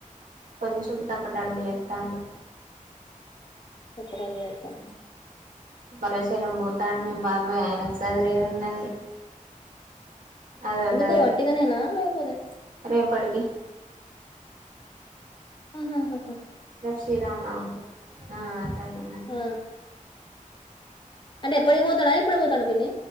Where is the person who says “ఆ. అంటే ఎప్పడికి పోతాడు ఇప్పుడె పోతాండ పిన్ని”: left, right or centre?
Left